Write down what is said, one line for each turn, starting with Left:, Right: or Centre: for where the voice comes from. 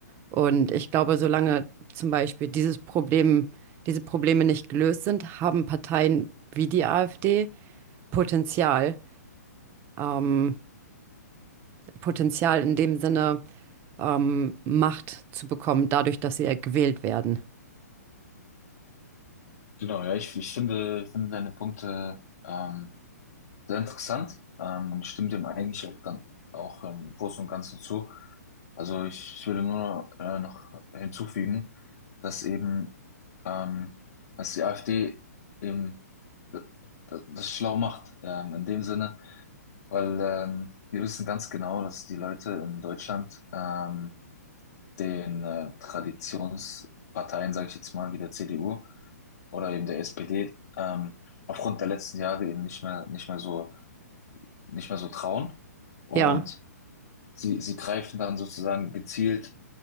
Right: Und ich glaube, solange zum Beispiel dieses Problem, diese Probleme nicht gelöst sind, haben Parteien wie die AfD Potenzial, ähm, Potenzial in dem Sinne, ähm, Macht zu bekommen, dadurch, dass sie ja gewählt werden.
Left: Genau, ja, ich, ich finde, finde deine Punkte ähm, sehr interessant ähm, und stimme dem eigentlich auch, gan- auch im Großen und Ganzen zu. Also ich, ich würde nur äh, noch hinzufügen, dass eben, ähm, dass die AfD eben d- d- das schlau macht, ähm, in dem Sinne, weil ähm, wir wissen ganz genau, dass die Leute in Deutschland ähm, den äh, Traditionsparteien, sage ich jetzt mal, wie der CDU oder eben der SPD, ähm, aufgrund der letzten Jahre eben nicht mehr, nicht mehr so, nicht mehr so trauen. Und
Right: Ja,
Left: Sie, sie greifen dann sozusagen gezielt